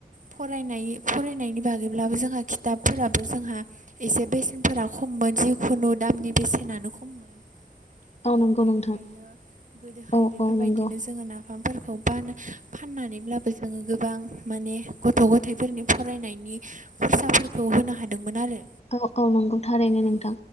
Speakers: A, on the right (about 50°); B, on the left (about 40°).
A: फरायनाय फरायनायनि बागैब्लाबो जोंहा खिथाबफोराबो जोंहा एसे बेसेनफोरा खम मोनसे खुनु दामनि बेसेनानो खममोन। औ
B: नंगौ
A: बेनिखायनो
B: नोंथां
A: गोदोहाय
B: औ
A: बेफोरबायदिनो
B: औ नंगौ।
A: जोङो ना बिफांफोरखौ फाननानैब्लाबो जोङो गोबां माने गथ' गथायाइफोरनि फराय खरसाफोरखौ होनो हादोंमोन आरो।
B: औ औ नंगौ थारैनो
A: औ
B: नोंथां